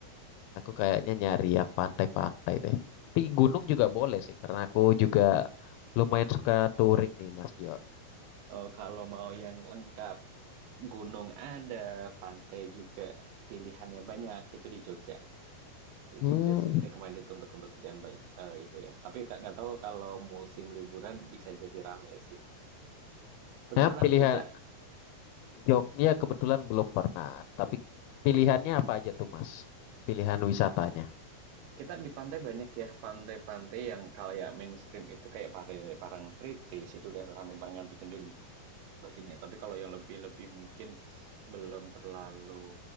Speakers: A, on the left (about 80°); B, on the right (about 80°).
A: Aku kayaknya nyari yang pantai-pantai deh. Tapi gunung juga boleh sih, karena aku juga lumayan suka touring nih, Mas Jo.
B: Oh, kalau mau yang lengkap, gunung ada, pantai juga, pilihannya banyak, itu di Jogja. Di
A: Hmm,
B: Jogja sih recommended untuk untuk jalan banyak eh, itu ya. Tapi Kak, nggak tahu kalau musim liburan bisa jadi rame sih. Udah
A: nah
B: pernah
A: pilihan
B: ke Jogja?
A: Jogja kebetulan belum pernah, tapi pilihannya apa aja tuh, Mas? Pilihan wisatanya.
B: Kita di pantai banyak ya, pantai-pantai yang kayak mainstream itu kayak pantai Parangtritis itu udah ramai banget dikunjungi baginya. Tapi kalau yang lebih-lebih mungkin belum terlalu,